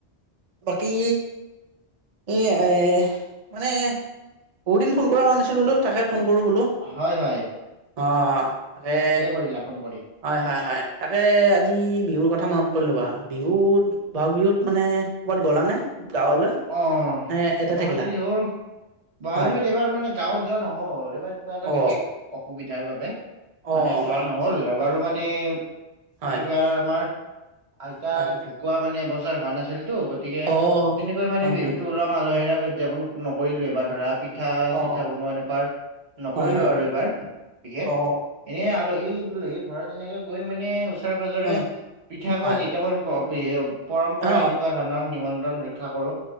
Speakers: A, on the right; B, on the right.
A: বাকী এই এ মানে বহুতদিন ফোন কৰা হোৱা নাছিল বোলো তাকে ফোন কৰো বোলো।
B: হয় হয়।
A: অ তাকে
B: সেই লাখন কৰি
A: হয় হয় হয় তাকে আজি বিহুৰ কথা মনত পৰিল বা বিহুত বহাগ বিহুত মানে ক'বাত গ'লা নে গাঁৱলৈ?
B: অ
A: নে ইয়াতে
B: বহাগ
A: থাকিলা
B: বিহুৰ বহাগ
A: হয়
B: বিহুত এইবাৰ মানে গাঁৱত যোৱা নহ'ল এইবাৰ কিবা এটা
A: অ
B: বিশেষ অসুবিধাৰ বাবে
A: অ
B: মানে যোৱা
A: হয় নেকি
B: নহল এবাৰু মানে এইবাৰ
A: হয়
B: আমাৰ আইতা
A: হয়
B: ঢুকুৱোৱা মানে এবছৰ হোৱা নাছিলতো গতিকে
A: অ
B: এইবাৰ মানে
A: হয়
B: বিহুটো
A: হয়
B: ওলহ মালহেৰে আমি উদযাপন নকৰিলো ধৰা পি- পিঠা
A: অ
B: চিঠা বনোৱা এনেকুৱা নকৰিলো
A: হয় হয়
B: আৰু এবাৰ বিশেষ।
A: অ
B: এনেই আলহী দুলহী ঘৰত এনেকে গৈ মানে ওচৰে পাজৰে
A: হয়
B: পিঠা খোৱা
A: হয়
B: <unintelligible> পৰম্পৰা
A: অ
B: এনেকুৱা ধৰণৰ নিমন্ত্ৰণ ৰক্ষা কৰো